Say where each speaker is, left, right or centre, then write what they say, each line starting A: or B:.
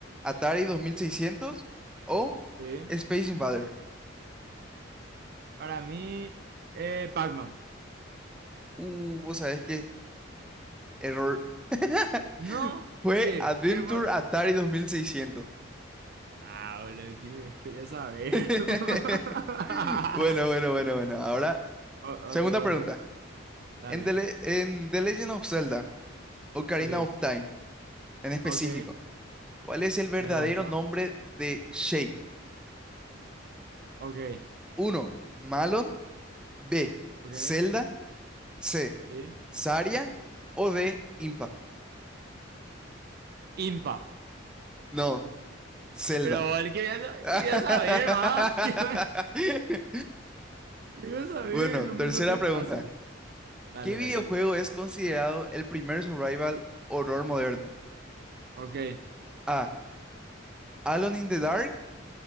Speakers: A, in the centre; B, on the right.
A: Atari dos mil seiscientos o
B: Sí.
A: Space Invaders.
B: Para mí, eh, Pac-Man.
A: Uh, vos sabés que error. <laughs>
B: ¿No?
A: Fue
B: ¿Qué?
A: Adventure
B: ¿Qué fue?
A: Atari dos mil seiscientos.
B: Ah, boludo, ¿qué, me- qué voy a saber?
A: <laughs>
B: <laughs>
A: Bueno, bueno, bueno, bueno. Ahora,
B: O-
A: segunda
B: otro,
A: pregunta.
B: otro. Dale.
A: En The, Le- en The Legend of Zelda, Ocarina
B: Ok,
A: of Time, en específico,
B: ok.
A: ¿cuál es el verdadero
B: Me gusta.
A: nombre de Shake?
B: Ok,
A: Uno. Malon. B.
B: ok.
A: Zelda. C.
B: Sí.
A: Saria o de Impa.
B: Impa.
A: No, Zelda.
B: Pero él quería, sa-
A: <laughs>
B: quería saber, más. <laughs> Quería quería saber,
A: Bueno,
B: lo
A: tercera
B: me hizo re
A: pregunta.
B: fácil. eh. Dale,
A: ¿Qué
B: dale,
A: videojuego
B: dale.
A: es considerado el primer survival horror moderno?
B: Ok,
A: A. Alone in the Dark.